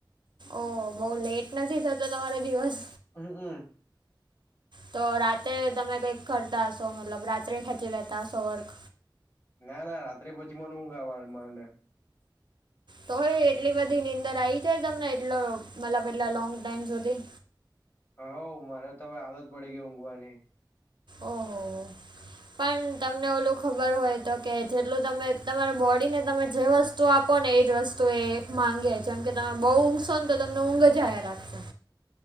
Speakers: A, on the right; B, on the left.
A: ઓ બહ લેટ નથી થતો તમારો દિવસ
B: હમ્મ હમ્મ
A: તો રાતે તમે કંઈક કરતા હશો મતલબ રાત્રે ખેંચી લેતા હશો વર્ક
B: ના ના રાત્રે પછી મન ઊંઘ આવા મને.
A: તો હવે એટલી બધી નીંદર આવી જાય તમને એટલો મતલબ એટલા લોંગ ટાઈમ સુધી.
B: હવ મને તો હવે આદત પડી ગઈ ઊંઘવાની.
A: ઓહોહો પન તમને ઓલું ખબર હોય તો કે જેટલું તમે તમારા બોડીને તમે જે વસ્તુ આપો ને એ જ વસ્તુ એ માગે ચમ કે તમે બહુ ઊંઘશોને તો તમને ઊંઘ જ આયા રાખશે.